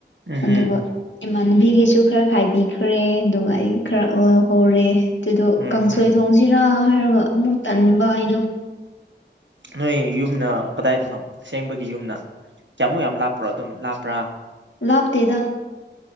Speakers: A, on the right (about 75°); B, on the left (about 80°).
A: ꯎꯝꯍꯨꯝ
B: ꯑꯗꯨꯒ ꯏꯃꯥꯟꯅꯕꯤꯒꯤꯁꯨ ꯈꯔ ꯈꯥꯏꯕꯤ ꯈ꯭ꯔꯦ ꯑꯗꯨꯒ ꯑꯩ ꯈꯔ ꯑꫭꯏꯍꯧꯔꯦ ꯑꯗꯨꯗꯣ
A: ꯎꯝ
B: ꯀꯥꯡꯁꯣꯏ
A: ꯍꯨꯝ
B: ꯊꯣꯡꯁꯤꯔꯥ ꯍꯥꯏꯔꯒ ꯑꯃꯨꯛ ꯇꯟꯕ ꯑꯩꯗꯣ
A: ꯅꯣꯏ ꯌꯨꯝꯅ ꯀꯗꯥꯏꯗꯅꯣ ꯑꯁꯦꯡꯕꯒꯤ ꯌꯨꯝꯅ ꯀꯌꯥꯃꯨꯛ ꯌꯥꯝ ꯂꯥꯞ ꯄꫪꫭ ꯑꯗꯨꯝ ꯂꯥꯞꯄ꯭ꯔꯥ
B: ꯂꯥꯞꯇꯦꯗ